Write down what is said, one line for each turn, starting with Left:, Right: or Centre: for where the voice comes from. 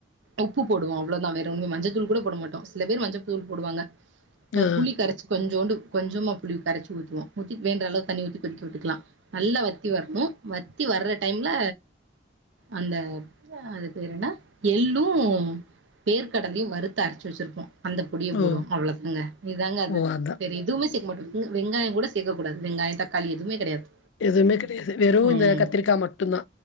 Right: உப்பு போடுவோ அவ்ளோதா வேற ஒன்னு மஞ்சத்தூள் கூட போட மாட்டோ சில பேர் மஞ்சத்தூள் போடுவாங்க அ
Left: ஆ
Right: புளி கரச்சு கொஞ்சூண்டு கொஞ்சமா புளி கரச்சு ஊத்துவோ ஊத்தி வேன்றளவு தண்ணி ஊத்தி கொதிக்க விட்டுக்கலா நல்லா வத்தி வர்ணு வத்தி வர்ற டைம்ல அந்த அது பேரென்ன எள்ளு வேர்க்கடலையு வறுத்து அரச்சு வெச்சிருப்போ அந்த பொடிய போடுவோ
Left: ஓ
Right: அவ்ளோதாங்க இதாங்க அது
Left: ஓ அதா
Right: வேரெதுமே சே மட்டுங் வெங்காயங் கூட சேகக்கூடாது வெங்காயொ தக்காளி எதுமே கெடையாது
Left: எதுமே கெடையாது வெறு
Right: ம்
Left: இந்த கத்திரிக்கா மட்டுந்தா